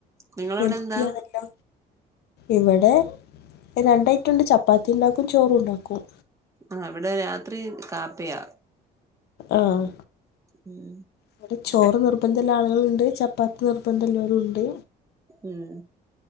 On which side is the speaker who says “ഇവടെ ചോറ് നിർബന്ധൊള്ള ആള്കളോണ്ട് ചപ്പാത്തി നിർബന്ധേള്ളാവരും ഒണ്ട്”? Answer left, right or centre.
Left